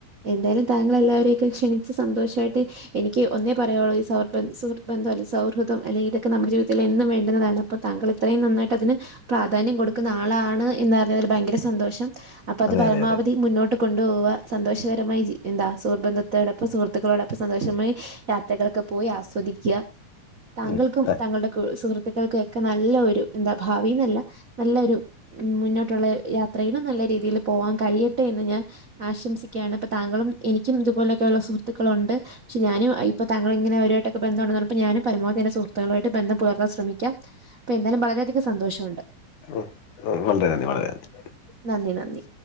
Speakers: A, on the right; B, on the left.
A: എന്തായാലും താങ്കൾ എല്ലാവരെയും ഒക്കെ ക്ഷണിച്ച് സന്തോഷമായിട്ട് എനിക്ക് ഒന്നേ പറയാനുള്ളൂ ഈ സർ സുഹ്യത്ബന്ധം അ സൗഹൃദം അല്ലെങ്കിൽ ഇതൊക്കെ നമ്മുടെ ജീവിതത്തിൽ എന്നും വേണ്ടുന്നതാണ് അപ്പൊ താങ്കൾ ഇത്രയും നന്നായിട്ട് അതിന് പ്രാധാന്യം കൊടുക്കുന്ന ആളാണ് എന്ന് അറഞ്ഞതില് ഭയങ്കര സന്തോഷം ഉണ്ട് അപ്പൊ അത്
B: അതെ
A: പരമാവധി
B: അതെ അതെ
A: മുന്നോട്ട് കൊണ്ടു പോകുക സന്തോഷകരമായി എന്താ സുഹൃത് ബന്ധത്തോടൊപ്പം സുഹൃത്തുക്കളോടൊപ്പം സന്തോഷമായി യാത്രകളൊക്കെ പോയി ആസ്വദിക്കുക താങ്കൾക്കും
B: ഉം, താ-
A: താങ്കളുടെ സുഹൃത്തുക്കൾക്കും നല്ല ഒരു എന്താ ഭാവിന്നല്ല നല്ലൊരു മുന്നോട്ടുള്ള യാത്ര നല്ല രീതിയിൽ പോവാൻ കഴിയട്ടെ എന്ന് ഞാൻ ആശംസിക്കുകയാണ് അപ്പൊ താങ്കളും എനിക്കും ഇതുപോലെയൊക്കെയുള്ള സുഹൃത്തുക്കളുണ്ട് പക്ഷേ ഞാനും ഇപ്പൊ തങ്കളും ഇങ്ങനെ അവരുമായിട്ടൊക്കെ ബന്ധുമുണ്ടെന്ന് പറഞ്ഞപ്പോ ഞാനും പരമാവധി എന്റെ സുഹൃത്തുക്കളുമായിട്ട് ബന്ധം പുലർത്താൻ ശ്രമിക്കാം അപ്പൊ എന്താലും വളരെയധികം സന്തോഷമുണ്ട്
B: ഉം വളരെ നന്ദി വളരെ നന്ദി
A: നന്ദി നന്ദി